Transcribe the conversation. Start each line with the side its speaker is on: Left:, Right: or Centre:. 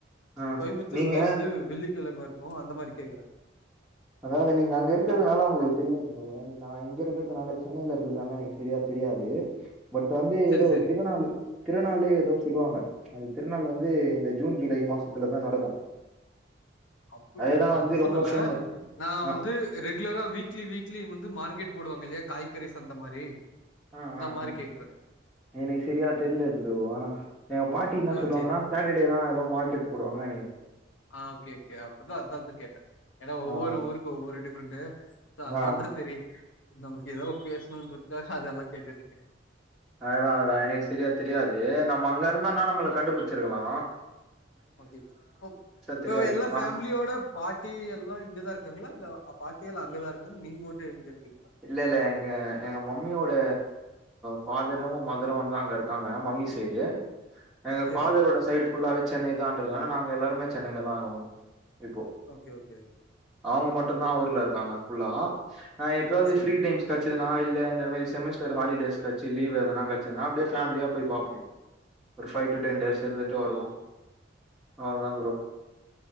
Centre: ஆ
Left: கோயம்புத்தூர்ல
Centre: நீங்க
Left: வந்து வெள்ளிக்கிழம இருக்கும் அந்த மாரி கேக்கறே
Centre: அதாவது நீங்க அங்க இருக்கறதுனால உங்களுக்கு தெரியும் ப்ரோ நா இங்க இருக்கிறதுனால சென்னய்ல இருக்கிறதுனால எனக்கு சரியா தெரியாது பட் வந்து
Left: சரி
Centre: ஏதோ
Left: சரி
Centre: திருநாளு திருநாளு எதோ சொல்லுவாங்க அந்த திருநாள் வந்து இந்த ஜூன் ஜூலை மாசத்துலதா நடக்கும்
Left: அப்படியா
Centre: அதேதா
Left: நீ
Centre: வந்து
Left: அது சொல்லல
Centre: ரொம்ப ஃபேமஸ்
Left: நா
Centre: ஆ
Left: வந்து ரெகுலரா வீக்லி வீக்லி வந்து மார்க்கெட் போடுவாங்க இல்லையா காய்கறி சந்த மாரி
Centre: ஆ ஆ
Left: மாறி
Centre: ஆ
Left: கேக்றே
Centre: எனக்கு சரியா தெர்ல ப்ரோ ஆனா எங்க பாட்டி இன்னா
Left: ஆ
Centre: சொல்லுவாங்கன்னா
Left: சேரி
Centre: சாட்டர்டே தா ஏதோ மார்கெட் போடுவாங்க நெனக்கிறே
Left: ஆ ஓகே கே அதா அதுனால தா கேட்டே ஏன்னா ஒவ்வொரு
Centre: ஆ
Left: ஊருக்கு ஒவ்வொரு டிஃப்ரெண்ட் அதனால
Centre: ஆ ஆ
Left: தா சரி நமக்கு ஏதோ பேசணுன்றதுக்காக அதெல்லா கேட்டுருக்கே
Centre: அதுதா அதா எனக்கு சரியா தெரியாது நம்ம அங்க இருந்தோனா நம்மள கண்டு புச்சிருக்கலா
Left: <unintelligible> ஓ
Centre: தெரியாது
Left: கோ எல்லா
Centre: நம்
Left: ஃபேமிலியோட பா ட்டி எல்லா இங்கதா இருக்காங்களா இல்ல அ பாட்டி எல்லா அங்கதா இருக்காங்க நீங்க மட்டும் இங்க இருக்கீங்களா
Centre: இல்ல இல்ல எங்க எங்க மம்மியோட ஃபாதரும் மதரும் வந்து அங்க இருக்காங்க மம்மி சைடு எங்க
Left: செரி
Centre: ஃபாதரோட சைடு ஃபுல்லாவே சென்னை தான்றதுனால நாங்க எல்லாருமே சென்னய்ல தா இருக்கோ இப்போ
Left: ஓகே ஓகே ஓகே
Centre: அவுங்க மட்டுந்தா ஊர்ல இருக்காங்க ஃபுல்லா நா எப்பயாவ்து
Left: செரி
Centre: ஃப்ரீ டைம்ஸ் கெட்ச்சதுன்னா இல்ல இந்த மாரி செமஸ்டர் ஹாலிடேஸ் கெட்ச்சி லீவ் எதனா கெட்ச்சிதுனா அப்டே ஃபேமிலியா போய் பாப்போ ஒரு ஃபைவ் டூ டென்
Left: செரி
Centre: டேஸ்
Left: செரி
Centre: இருந்துட்டு வருவோ அவ்ள் தா ப்ரோ